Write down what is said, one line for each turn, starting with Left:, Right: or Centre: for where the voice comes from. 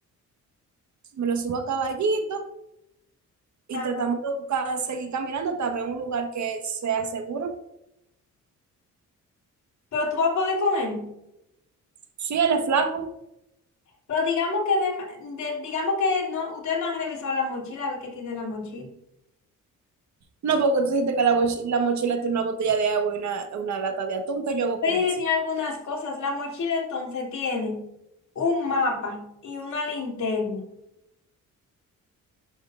Right: me lo subo a caballito y
Left: Ajá.
Right: tratamos de buscar, seguir caminando hasta ver un lugar que sea seguro.
Left: Pero tú vas a poder con él.
Right: Sí, él es flaco,
Left: Pero digamos que, de, de- digamos que no, ustedes no han revisado la mochila, a ver qué tiene la mochila.
Right: No, porque tú dijiste que la, boch- la mochila tiene una botella de agua y una, una lata de atún. ¿Qué yo hago
Left: Ustedes
Right: con
Left: dicen
Right: eso?
Left: que tiene algunas cosas. La mochila entonces tiene un mapa y una linterna. <laughs>